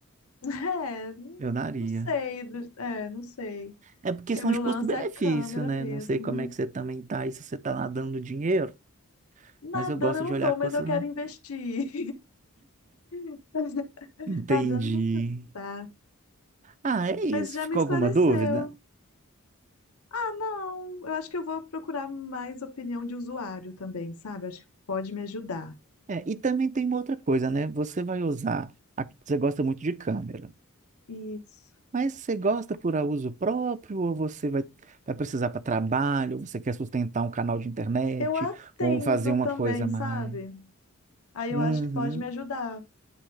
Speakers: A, on the left (about 85°); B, on the right (about 35°).
A: <laughs> é, não
B: Eu daria.
A: não sei, do- é, não sei.
B: É por questão
A: Porque meu
B: de custo-benefício,
A: lance é câmera
B: né?
A: mesmo,
B: Não sei como
A: né?
B: é que você também tá aí, se você tá nadando no dinheiro,
A: Nadando
B: mas eu gosto
A: eu
B: de
A: não
B: olhar
A: tô,
B: a coisa.
A: mas eu quero investir. <laughs>
B: Entendi.
A: Nadando nunca tá.
B: Ah, é isso.
A: Mas já
B: Ficou
A: me esclareceu.
B: alguma dúvida?
A: Ah, não. Eu acho que eu vou procurar mais opinião de usuário também, sabe? Acho que pode me ajudar.
B: É, e também tem uma outra coisa, né? Você vai usar. a- Você gosta muito de câmera.
A: Isso.
B: Mas você gosta por uso próprio, ou você vai, vai precisar para trabalho, ou você quer sustentar um canal de internet,
A: Eu atendo
B: ou fazer uma
A: também,
B: coisa a mais?
A: sabe? Aí
B: Uhum.
A: eu acho que pode me ajudar.